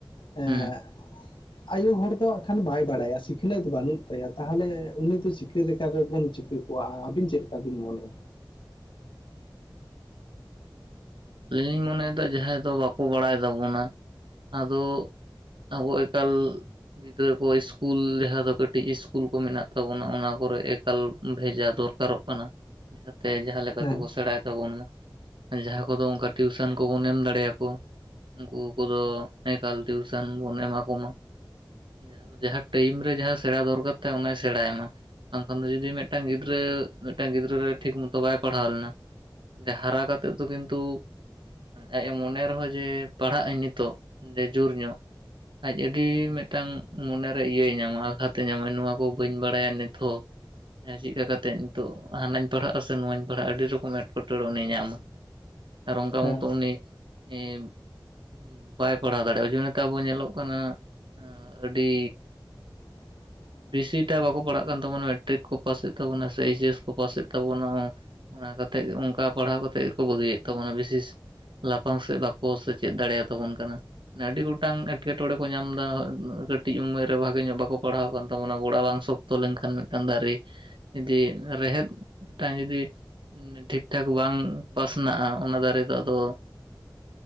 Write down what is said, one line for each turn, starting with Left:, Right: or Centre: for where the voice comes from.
Left: ᱮᱸᱜ
Right: ᱦᱩᱸ
Left: ᱟᱭᱳ ᱦᱚᱲ ᱫᱚ ᱦᱟᱸᱜ ᱠᱷᱟᱱ ᱵᱟᱭ ᱵᱟᱲᱟᱭᱟ ᱥᱤᱠᱷᱱᱟᱹᱛ ᱵᱟᱹᱱᱩᱜ ᱛᱟᱭᱟ ᱛᱟᱦᱞᱮ ᱩᱱᱤ ᱫᱚ ᱪᱤᱠᱟᱹ ᱞᱮᱠᱟ ᱛᱮᱵᱚᱱ ᱪᱤᱠᱟᱹ ᱣᱟ ᱟᱹᱵᱤᱱ ᱪᱮᱫ ᱞᱮᱠᱟ ᱵᱤᱱ ᱢᱚᱱᱮᱭᱟ?
Right: ᱟ. ᱞᱤᱧ ᱞᱤᱧ ᱢᱚᱱᱮᱭᱮᱫᱟ ᱡᱟᱦᱟᱸᱭ ᱫᱚ ᱵᱟᱠᱚ ᱵᱟᱲᱟᱭ ᱛᱟᱵᱚᱱᱟ ᱟᱫᱚ ᱟᱵᱚ ᱮᱠᱟᱞ ᱜᱤᱫᱟᱹᱨ ᱠᱚ ᱤᱥᱠᱩᱞ ᱡᱟᱦᱟᱸ ᱫᱚ ᱠᱟᱹᱴᱤᱡ ᱤᱥᱠᱩᱞ ᱠᱚ ᱢᱮᱱᱟᱜ ᱛᱟᱵᱚᱱᱟ ᱚᱱᱟ ᱠᱚᱨᱮ ᱮᱠᱟᱞ ᱵᱷᱮᱡᱟ ᱫᱚᱨᱠᱟᱨᱚᱜ ᱠᱟᱱᱟ, ᱡᱟᱦᱟᱸ ᱛᱮ ᱡᱟᱦᱟᱸᱞᱮᱠᱟ
Left: ᱦᱮᱸ
Right: ᱜᱮᱵᱚ ᱥᱮᱲᱟ ᱠᱮᱵᱚᱱ ᱢᱟ ᱟᱨ ᱡᱟᱦᱟᱸ ᱠᱚᱫᱚ ᱚᱱᱠᱟ ᱴᱤᱭᱩᱥᱟᱱ ᱠᱚᱵᱚᱱ ᱮᱢ ᱫᱟᱲᱮᱭᱟᱠᱚᱣᱟ᱾ ᱩᱱᱠᱩ ᱠᱚᱫᱚ ᱮᱠᱟᱞ ᱴᱤᱭᱩᱥᱟ. ᱱ ᱵᱚᱱ ᱮᱢᱟ ᱠᱚᱢᱟ ᱡᱟᱦᱟᱸ ᱫᱚ ᱡᱟᱦᱟᱸ ᱴᱟᱭᱤᱢ ᱨᱮ ᱡᱟᱦᱟᱸ ᱥᱮᱬᱟ ᱫᱚᱨᱠᱟᱨ ᱛᱟᱭ ᱚᱱᱟᱭ ᱥᱮᱬᱟᱭ ᱢᱟ᱾ ᱵᱟᱝᱠᱷᱟᱱ ᱫᱚ ᱡᱩᱫᱤ ᱢᱤᱫᱴᱟᱝ ᱜᱤᱫᱽᱨᱟᱹ ᱢᱤᱫᱴᱟᱝ ᱜᱤᱫᱽᱨᱟᱹ ᱨᱮ ᱴᱷᱤᱠ ᱢᱚᱛᱚ ᱵᱟᱭ ᱯᱟᱲᱦᱟᱣ ᱞᱮᱱᱟ ᱦᱟᱨᱟ ᱠᱟᱛᱮᱫ ᱫᱚ ᱠᱤᱱᱛᱩ ᱟᱡ ᱮ ᱢᱚᱱᱮ ᱨᱮᱦᱚᱸ ᱡᱮ ᱯᱟᱲᱦᱟᱜ ᱟᱹᱧ ᱱᱤᱛᱚᱜ ᱡᱮ ᱡᱚᱨ ᱧᱚᱜ᱾ ᱟᱡ ᱟᱹᱰᱤ ᱢᱤᱫᱴᱟᱝ ᱢᱚᱱᱮᱨᱮ ᱤᱭᱟᱹᱭ ᱧᱟᱢᱟ ᱟᱜᱷᱟᱛᱮ ᱧᱟᱢᱟ ᱱᱚᱣᱟ ᱠᱚ ᱵᱟᱹᱧ ᱵᱟᱲᱟᱭᱟ ᱱᱤᱛᱦᱚᱸ ᱪᱮᱫᱠᱟ ᱠᱟᱛᱮᱜ ᱱᱤᱛᱚᱜ ᱦᱟᱱᱟᱧ ᱯᱟᱲᱦᱟᱜᱼᱟ ᱟᱥᱮ ᱱᱚᱶᱟᱧ ᱯᱟᱲᱦᱟᱜᱼᱟ ᱟᱹᱰᱤ ᱨᱚᱠᱚᱢ ᱮᱴᱠᱮᱴᱚᱬᱮ ᱩᱱᱤᱭ ᱧᱟᱢᱟ᱾ ᱟᱨ ᱚᱱᱠᱟ
Left: ᱦᱮᱸ
Right: ᱢᱚᱛᱚ ᱩᱱᱤ <unintelligible> ᱵᱟᱭ ᱯᱟᱲᱦᱟᱣ ᱫᱟᱲᱮᱣᱟᱜᱼᱟ ᱡᱚᱱᱚᱛᱮ ᱟᱵᱚ ᱧᱮᱞᱚᱜ ᱠᱟᱱᱟ ᱟᱹᱰᱤ
Left: <inaudible>
Right: ᱵᱮᱥᱤ‌ ᱴᱟᱜ ᱵᱟᱠᱚ ᱯᱟᱲᱦᱟᱜ ᱠᱟᱱ ᱛᱟᱵᱚᱱᱟ ᱢᱮᱴᱨᱤᱠ ᱠᱚ ᱯᱟᱥᱮᱫ ᱛᱟᱵᱚᱱᱟ ᱥᱮ ᱮᱭᱡᱮ ᱮᱥ ᱠᱚ ᱯᱟᱥᱮᱫ ᱛᱟᱵᱚᱱᱟ ᱚᱱᱟ ᱠᱟᱛᱮᱜ ᱚᱝᱠᱟ ᱯᱟᱲᱦᱟᱣ ᱠᱟᱛᱮᱫ ᱜᱮᱠᱚ ᱵᱟᱹᱜᱤᱭᱮᱫ ᱛᱟᱵᱚᱱᱟ ᱵᱤᱥᱮᱥ ᱞᱟᱯᱷᱟᱝ ᱥᱮᱫ ᱵᱟᱠᱚ ᱥᱮᱪᱮᱫ ᱫᱟᱲᱮᱭᱟᱛᱟᱵᱚᱱ ᱠᱟᱱᱟ ᱟᱹᱰᱤ ᱜᱚᱴᱟᱝ ᱮᱸᱴᱠᱮᱴᱚᱬᱮ ᱠᱚ ᱧᱟᱢ ᱮᱫᱟ ᱠᱟᱹᱴᱤᱡ ᱩᱢᱮᱨ ᱨᱮ ᱵᱷᱟᱜᱮ ᱧᱚᱜ ᱵᱟᱠᱚ ᱯᱟᱲᱦᱟᱣ ᱟᱠᱟᱱ ᱛᱟᱵᱚᱱᱟ ᱜᱚᱲᱟ ᱵᱟᱝ ᱥᱚᱠ ᱛᱚ ᱞᱮᱱᱠᱷᱟᱱ ᱢᱤᱫᱴᱟᱝ ᱫᱟᱨᱮ ᱡᱩᱫᱤ ᱨᱮᱦᱮᱫ ᱢᱤᱫᱴᱟᱝ ᱡᱩᱫᱤ ᱴᱷᱤᱠ ᱴᱷᱟᱠ ᱵᱟᱝ ᱯᱟᱥᱱᱟᱜᱼᱟ ᱚᱱᱟ ᱫᱟᱨᱮ ᱫᱚ ᱟᱫᱚ